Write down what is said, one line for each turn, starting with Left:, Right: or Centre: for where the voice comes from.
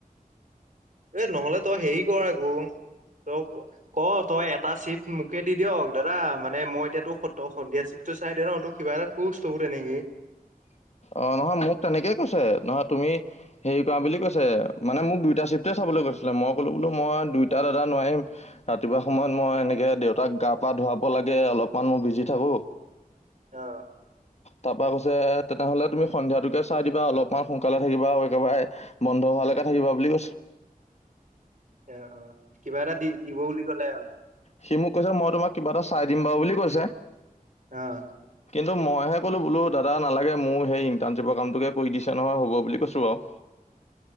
Right: এ নহলে তই হেৰি কৰ আকৌ তই ক তই এটা চিফ্ট মোকে দি দিয়ক দাদা মানে মই এতিয়া তোৰ সন্ধিয়া চিপ্টটো চাই দে ন তোৰ কিবা এটা খোচ থো তেনেকি <unintelligible>
Left: অ নহয় মোক তেনেকেই কৈছে নহয় তুমি হেৰি কৰা বুলি কৈছে মানে মোক দুইটা চিফ্টে চাবলৈ কৈছিলে মই কলো বোলো মই দুইটা দাদা নোৱাৰিম ৰাতিপুৱা সময়ত মই এনেকে দেউতাক গা পা ধুৱাব লাগে অলপমান মই বিজি থাকো
Right: অ',
Left: তাপা তেনেহলে তুমি সন্ধিয়াতোকে চাই দিবা অলপমান সোনকালে থাকিবা আৰু একেবাৰে বন্ধ হোৱালৈকে থাকিবা বুলি কৈছ
Right: অ অ কিবা এটা দি দিব বুলি কলে আহ
Left: সি মোক কৈছে মই তোমাক কিবা এটা চাই দিম বাৰু বুলি কৈছে
Right: আহ
Left: কিন্তু মইহে ক'লো বোলো দাদা নালাগে মোৰ সেই ইন্টাৰ্ণশ্বিপৰ কামটোকে কৰি দিছে নহয় হ'ব বুলি কৈছো আৰু